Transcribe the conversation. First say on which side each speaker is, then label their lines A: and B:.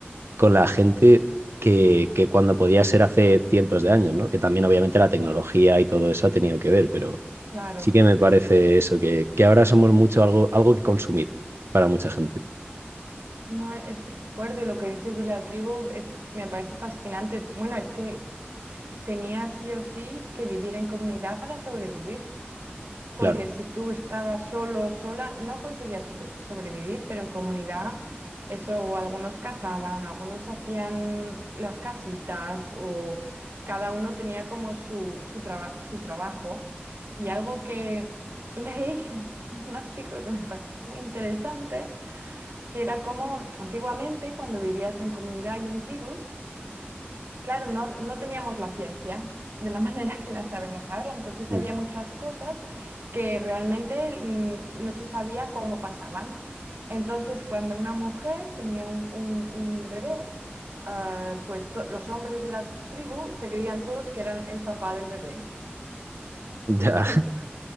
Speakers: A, on the right; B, on the right.
A: con la gente. Que, que cuando podía ser hace cientos de años, ¿no? Que también obviamente la tecnología y todo eso ha tenido que ver, pero,
B: claro.
A: sí que me parece eso, que, que ahora somos mucho algo, algo que consumir para mucha gente,
B: No, e- estoy de acuerdo y lo que dices de la tribu es, que me parece fascinante. Bueno, es que tenía sí o sí que vivir en comunidad para sobrevivir. porque
A: claro.
B: si tú estabas solo o sola, no conseguías sobre- sobrevivir, pero en comunidad, eso, algunos cazaban, algunos hacían las casitas, o cada uno tenía como su, su, traba- su trabajo. Y algo que leí, <laughs> un artículo que me pareció muy interesante, que era como antiguamente, cuando vivías en comunidad y en tribus, Claro, no, no teníamos la ciencia de la <laughs> manera que la sabemos ahora, entonces
A: Mm.
B: había muchas cosas que realmente mm, no se sabía cómo pasaban. Entonces, cuando una mujer tenía un, un- un bebé, ah, pues to- los hombres de la tribu se creían todos que eran el papá del bebé.
A: Ya, <laughs>
B: <laughs>